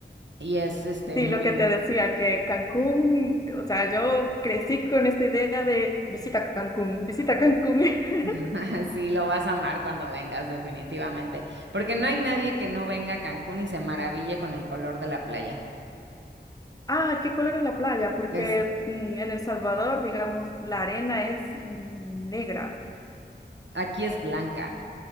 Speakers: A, on the right (about 80°); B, on the left (about 20°).
A: Y es este
B: sí,
A: muy,
B: lo que te decía, que Cancún, o sea, yo crecí con esta idea de visita Cancún, visita Cancún. <laughs>
A: <laughs> sí, lo vas a amar cuando vengas, definitivamente. Porque no hay nadie que no venga a Cancún y se maraville con el color de la playa.
B: Ah, ¿qué color es la playa? Porque
A: Es,
B: mm, en El Salvador, digamos, la arena es negra.
A: aquí es blanca.